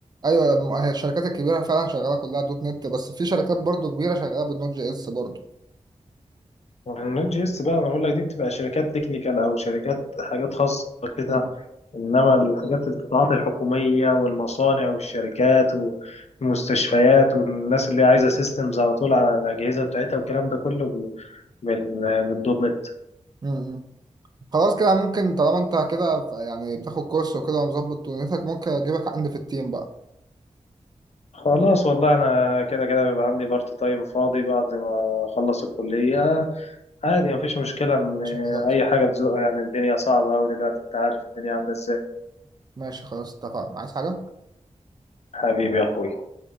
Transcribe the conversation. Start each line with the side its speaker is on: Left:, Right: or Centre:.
Right: ايوه الم- هي الشركات الكبيره فعلا شغاله كلها دوت نت بس في شركات برضو كبيره شغاله بالنوت جي اس برضو
Left: النوت جي اس بقى انا بقول لك دي بتبقى شركات تكنيكال او شركات حاجات خاصة كده
Right: م-
Left: انما الحاجات القطاعات الحكومية والمصانع والشركات والمستشفيات والناس اللي عايزة سيستمز على طول على الأجهزة بتاعتها والكلام ده كله بال- بالدوت نت
Right: م. خلاص كده ممكن طالما انت كده ف- يعني بتاخد كورس وكده ومظبط دنيتك ممكن اجيبك عندي في التيم بقى
Left: خلاص والله انا كده كده بيبقى عندي بارت تايم فاضي بعد ما اخلص الكليه عادي مفيش مشكله ان
Right: ماشي خلاص
Left: اي حاجه تزق يعني الدنيا صعبه قوي دلوقتي انت عارف الدنيا عامله ازاي
Right: ماشي خلاص اتفقنا عايز حاجه
Left: حبيبي يا اخوي